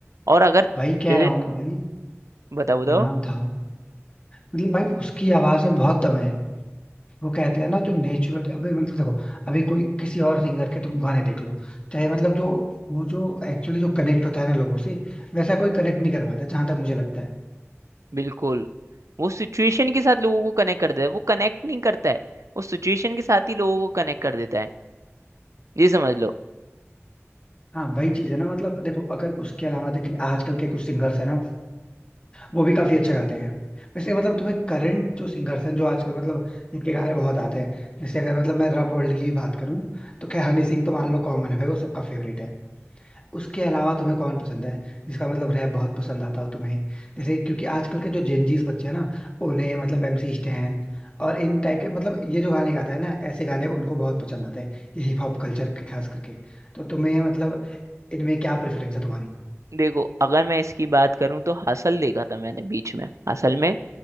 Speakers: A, on the right; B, on the left.
A: और अगर
B: भाई कह
A: जैसे
B: रहा हूँ ना भाई
A: बताओ बताओ
B: हाँ बताओ मतलब भाई उसकी आवाज में बहुत दम है वो कहते हैं ना जो नेचुरल अभी मतलब देखो अभी कोई किसी और सिंगर के तुम गाने देख लो चाहे मतलब जो वो जो एक्चुअली जो कनेक्ट होता है ना लोगों से वैसा कोई कनेक्ट नहीं कर पाता जहां तक मुझे लगता है
A: बिल्कुल वो सिचुएशन के साथ लोगों को कनेक्ट कर देता है वो कनेक्ट नहीं करता है वो सिचुएशन के साथ ही लोगों को कनेक्ट कर देता है ये समझ लो
B: हाँ वही चीज है ना मतलब देखो अगर उसके अलावा देखिए आजकल के कुछ सिंगर्स है ना वो भी काफी अच्छा गाते हैं वैसे मतलब तुम्हें करंट जो सिंगर्स हैं जो आजकल मतलब इनके गाने बहुत आते हैं जैसे अगर मतलब मैं रॉप वर्ल्ड की भी बात करूं तो खैर हनी सिंह तो मान लो कॉमन है भाई वो सबका फेवरेट है उसके अलावा तुम्हें कौन पसंद है जिसका मतलब रैप बहुत पसंद आता हो तुम्हें जैसे क्योंकि आजकल के जो जेनजीज बच्चे हैं ना उन्हें मतलब एमसी स्टैन और इन टाइप के मतलब ये जो गाने गाता है ना ऐसे गाने उनको बहुत पसंद आते हैं ये हिप हॉप कल्चर के खास करके तो तुम्हें मतलब इनमें क्या प्रेफरेंस है तुम्हारी
A: देखो अगर मैं इसकी बात करूं तो हसल देखा था मैंने बीच में हसल में